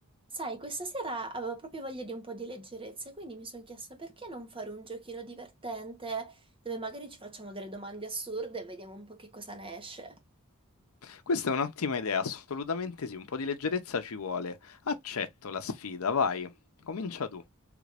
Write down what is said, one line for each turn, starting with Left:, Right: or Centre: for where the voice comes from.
Right: Sai, questa sera avevo proprio voglia di un po' di leggerezza, quindi mi sono chiesta perché non fare un giochino divertente dove magari ci facciamo delle domande assurde e vediamo un po' che cosa ne esce.
Left: Questa è un'ottima idea, assolutamente sì, un po' di leggerezza ci vuole. Accetto la sfida, vai, comincia tu.